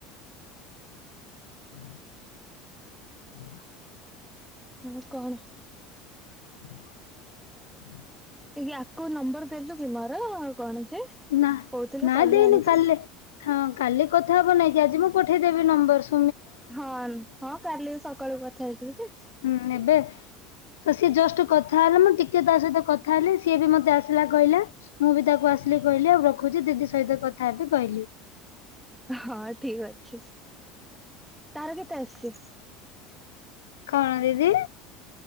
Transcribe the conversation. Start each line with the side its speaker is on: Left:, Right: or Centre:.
Left: <unintelligible>
Centre: ଆଉ କଣ।
Left: <unintelligible>
Centre: ଟିକେ ୟାକୁ ନମ୍ବର ଦେଲୁ କି ମୋର କଣ। ଯେ
Left: ନା
Centre: କହୁଥିଲୁ
Left: ନା
Centre: କଲ୍ୟାଣୀକୁ
Left: ଦେଇନି କାଲି ହଁ କାଲି କଥା ହବ ନେଇ କି ଆଜି ମୁଁ ପଠେଇ ଦେବି ନମ୍ବର ସ
Centre: ହଁ ହଁ କାଲି ସକାଳୁ କଥା ହେଇଥିଲୁ କି।
Left: ହୁଁ ଏବେ ତ ସିଏ ଜଷ୍ଟ କଥା ହେଲା ମୁଁ ଟିକେ ତା ସହିତ କଥା ହେଲି ସିଏ ବି ମତେ ଆସିଲା କହିଲା ମୁଁ ବି ତାକୁ ଆସିଲି କହିଲି ଆଉ ରଖୁ ଦିଦି ସହିତ କଥା ହେବି କହିଲି।
Centre: ହଁ ଠିକ ଅଛି ତାର କେତେ ଆସିଚି।
Left: କଣ ଦିଦି।